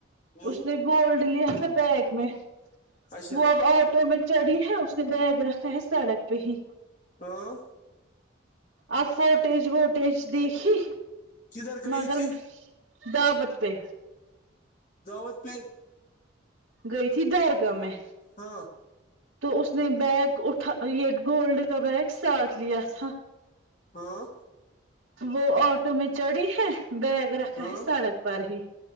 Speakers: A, on the left; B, on the right.
A: ہوں
B: اس نے گولڈ لیا تھا بیگ میں
A: اچھا
B: وہ اب آٹو میں چڑھی ہے اس بیگ رکھا ہی سڑک پہ ہی
A: ہاں
B: آپ فوٹیج ووٹیج دیکھی
A: کدھر گئی
B: مگر
A: تھی
B: دعوت پہ
A: دعوت پہ
B: گئی تھی درگاہ میں
A: ہاں
B: تو اس نے بیگ اٹھا یہ گولڈ کا بیگ ساتھ لیا تھا
A: ہاں
B: وہ آٹو میں چڑھی ہے بیگ رکھا
A: ہاں
B: ہے سڑک پر ہی